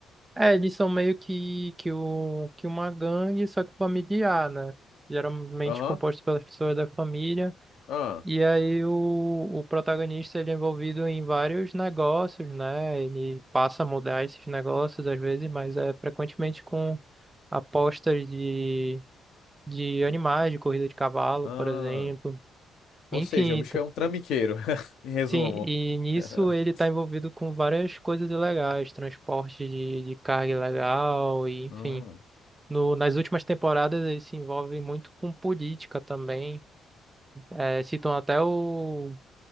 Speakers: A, on the right; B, on the left.
A: É, eles são meio que, que, o, que uma gangue, só que familiar, né? Geralmente
B: Aham.
A: composto pelas pessoas da família.
B: Ah.
A: E aí o, o protagonista ele é envolvido em vários negócios, né? Ele passa a mudar esses negócios às vezes, mas é frequentemente com apostas de, de animais, de corrida de cavalo,
B: Ah.
A: por exemplo.
B: Ou
A: Enfim,
B: seja, o bicho
A: tá-
B: é um trambiqueiro, <laughs> em resumo.
A: sim, e nisso
B: <laughs>
A: ele está envolvido com várias coisas ilegais, transporte de, de carga ilegal, e enfim.
B: Hum,
A: No, nas últimas temporadas ele se envolve muito com política também. É, citam até o